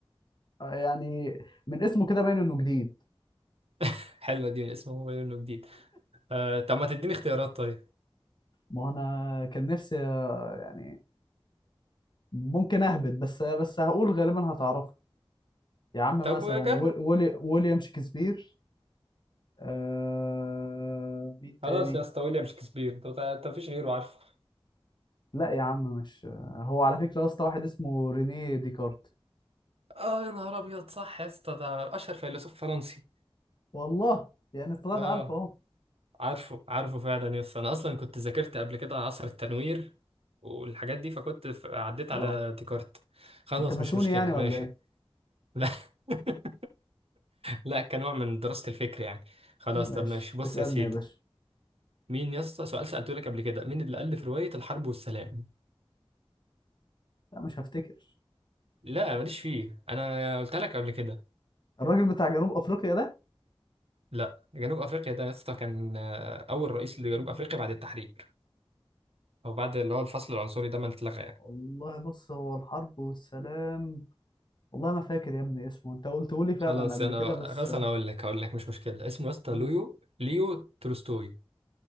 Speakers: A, on the left (about 50°); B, on the right (about 80°).
A: آه، يعني من اسمه كده باين انه جديد
B: <laughs> حلو اديني اسمه هو انه جديد آه طب ما تديني اختيارات طيب
A: ما هو انا كان نفسي آه، يعني ممكن اهبط بس بس هقول غالبا هتعرفه يا عم
B: طب
A: مثلا
B: وجرب
A: ويل- ويلي ويليام شكسبير آه مين تاني
B: خلاص يا اسطى ويليام شكسبير طب انت مفيش غيره عارفه
A: لا يا عم مش آه، هو على فكرة اصلا واحد اسمه رينيه ديكارت
B: اه يا نهار ابيض صح يا اسطى ده اشهر فيلسوف فرنسي
A: والله يعني طلعت
B: اه
A: عارفه اهو
B: عارفه عارفه فعلا يا اسطى انا اصلا كنت ذاكرت قبل كده عصر التنوير والحاجات دي فكنت ف- عديت على
A: اه
B: ديكارت خلاص
A: انت ماسوني
B: مش مشكلة
A: يعني ولا
B: ماشي
A: ايه
B: لا <laughs> لا كنوع من دراسة الفكر يعني خلاص
A: ماشي
B: طب ماشي بص
A: اسألني
B: يا سيدي
A: يا باشا
B: مين يا اسطى سؤال سألته لك قبل كده مين اللي ألف رواية الحرب والسلام
A: لا مش هفتكر
B: لا ماليش فيه انا قلت لك قبل كده
A: الراجل بتاع جنوب افريقيا ده
B: لا جنوب افريقيا ده يا اسطى كان آه، اول رئيس لجنوب افريقيا بعد التحرير او بعد اللي هو الفصل العنصري ده ما اتلغى يعني
A: والله بص هو الحرب والسلام والله ما فاكر يا ابني اسمه انت قلته لي فعلا
B: خلاص
A: قبل
B: انا
A: كده بس
B: خلاص انا اقول لك اقول لك مش مشكله اسمه يا اسطى
A: مم.
B: ليو ليو تولستوي